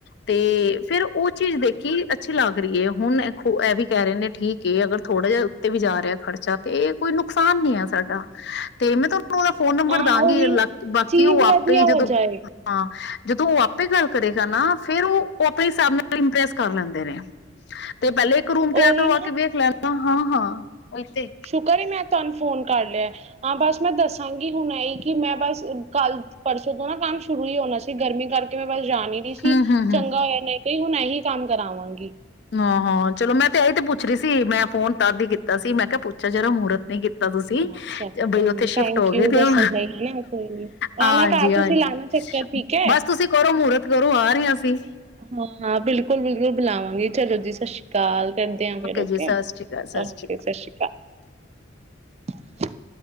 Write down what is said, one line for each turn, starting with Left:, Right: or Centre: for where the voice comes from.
Left: ਤੇ ਫੇਰ ਉਹ ਚੀਜ਼ ਦੇਖੀ ਅੱਛੀ ਲੱਗ ਰਹੀ ਹੈ ਹੁਣ ਇਹ ਵੀ ਕਹਿ ਰਹੇ ਨੇ ਠੀਕ ਏ ਅਗਰ ਥੋੜਾ ਜਿਹਾ ਉੱਤੇ ਵੀ ਜਾ ਰਿਹਾ ਖ਼ਰਚਾ ਤੇ ਇਹ ਕੋਈ ਨੁਕਸਾਨ ਨੀ ਹੈ ਸਾਡਾ ਤੇ ਮੈਂ ਤੁਹਾਨੂੰ ਉਹਦਾ ਫੋਨ ਨੰਬਰ
Right: ਹਾਂ
Left: ਦਾਂਗੀ
Right: ਉਹੀ
Left: ਲ
Right: ਨਾ
Left: ਬਾਕੀ
Right: ਚੀਜ਼
Left: ਉਹ ਆਪੇ
Right: ਵਧੀਆ
Left: ਜਦੋਂ
Right: ਹੋ ਜਾਏ
Left: ਹਾਂ ਜਦੋਂ ਆ ਆਪੇ ਗੱਲ ਕਰੇਗਾ ਨਾ ਫੇਰ ਉਹ ਆਪਣੇ ਹਿਸਾਬ ਨਾਲ ਇੰਪ੍ਰੈਸ ਕਰ ਲੈਂਦੇ ਨੇ। ਤੇ ਪਹਿਲੇ ਇੱਕ ਰੂਮ ਤੇ
Right: ਉਹੀ
Left: ਆ ਕਰਵਾ
Right: ਨਾ
Left: ਕੇ ਵੇਖ ਲੈਣ। ਹਾਂ-ਹਾਂ, ਹਾਂ। ਉਹੀ ਤੇ
Right: ਸ਼ੁਕਰ ਏ ਮੈਂ ਧੰਨ ਫੋਨ ਕਰ ਲਿਆ ਹਾਂ ਬਸ ਮੈਂ ਦੱਸਾਂਗੀ ਹੁਣ ਐਈ ਕਿ ਮੈਂ ਬਸ ਕੱਲ-ਪਰਸੋਂ ਤੋਂ ਨਾ ਕੰਮ ਸ਼ੁਰੂ ਹੀ ਹੋਣਾ ਸੀ ਗਰਮੀ ਕਰਕੇ ਮੈਂ <unintelligible> ਜਾ ਨਹੀਂ ਰਹੀ ਸੀ
Left: ਹੂੰ ਹੂੰ ਹੂੰ
Right: ਚੰਗਾ ਹੋਇਆ ਨਹੀਂ ਕਈ ਹੁਣ ਇਹੀ ਕੰਮ ਕਰਾਵਾਂਗੀ।
Left: ਹਾ, ਹਾਂ ਚਲੋ ਮੈਂ ਤੇ ਇਹ ਤੇ ਪੁੱਛ ਰਹੀ ਸੀ ਮੈਂ ਫੋਨ ਤਦ ਹੀ ਕੀਤਾ ਸੀ ਮੈਂ ਕਿਹਾ ਪੂਛਾਂ ਜਰਾ ਮਹੂਰਤ ਨਹੀਂ ਕੀਤਾ ਤੁਸੀਂ
Right: ਹਾਂ ਚਲੋ ਕੋਈ
Left: ਬਈ ਉੱਥੇ
Right: ਨੀ
Left: ਸ਼ਿਫਟ
Right: ਥੈਂਕ
Left: ਹੋ ਗਏ
Right: ਯੂ
Left: ਦਿਓ
Right: ਦੱਸਣ ਲਈ ਹਨਾ ਕੋਈ ਨੀ
Left: ਹਾਂਜੀ-ਹਾਂਜੀ
Right: ਆਣਾ ਘਰ ਤੁਸੀਂ ਲਾਣਾ ਚੱਕਰ ਠੀਕ ਹੈ
Left: ਬਸ ਤੁਸੀਂ ਕਰੋ ਮੂਰਤ ਕਰੋ ਆ ਰਹੇ ਅਸੀ।
Right: ਹਾਂ-ਹਾਂ ਬਿਲਕੁਲ-ਬਿਲਕੁਲ ਬੁਲਾਵਾਂਗੀ ਚਲੋ ਜੀ <inaudible> ਕਾਲ ਕਰਦੇ ਆ ਫਿਰ ਓਕੇ,
Left: ਜੀ ਸਤਿ ਸ਼੍ਰੀ ਅਕਾਲ ਸਤਿ ਸ਼੍ਰੀ
Right: ਓਕੇ
Left: ਅਕਾਲ
Right: ਸਤ ਸ਼੍ਰੀ ਅਕਾਲ।